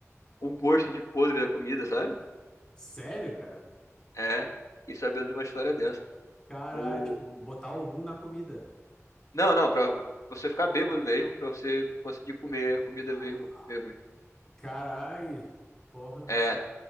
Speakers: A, on the left; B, on the left.
A: o gosto de podre da comida, sabe?
B: Sério, cara?
A: É, e sabendo de uma história dessa.
B: Caralho,
A: O,
B: tipo, botar o rum na comida.
A: não, não, pra você ficar bêbado mesmo, pra você conseguir comer a comida
B: Ah,
A: meio, meio ruim.
B: caralho. Porra.
A: É,